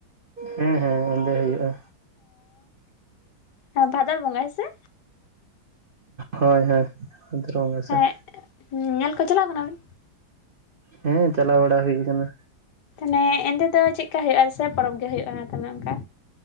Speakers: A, on the right (about 70°); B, on the left (about 60°).
A: ᱦᱮᱸ ᱦᱮᱸ ᱚᱸᱫᱮ ᱦᱩᱭᱩᱜᱼᱟ᱾
B: ᱚ ᱵᱷᱟᱫᱚᱨ ᱵᱚᱸᱜᱟ ᱦᱮᱸ ᱥᱮ᱾
A: ᱦᱳᱭ ᱦᱳᱭ ᱵᱷᱟᱫᱚᱨ ᱵᱚᱸᱜᱟ
B: ᱦᱮᱸ
A: ᱥᱮᱜ᱾
B: ᱧᱮᱞ ᱠᱚ ᱪᱟᱞᱟᱣ ᱠᱟᱱᱟ ᱵᱤᱱ?
A: ᱦᱮᱸ ᱪᱟᱞᱟᱣ ᱵᱟᱲᱟ ᱦᱩᱭ ᱠᱟᱱᱟ᱾
B: ᱛᱟᱦᱚᱞᱮ ᱮᱸᱫᱮ ᱫᱚ ᱪᱮᱫᱠᱟ ᱦᱳᱭᱳᱜ-ᱟ ᱥᱮ ᱯᱚᱨᱚᱵᱽ ᱜᱮ ᱦᱳᱭᱳᱜᱼᱟ ᱛᱟᱦᱚᱞᱮ ᱚᱱᱠᱟ᱾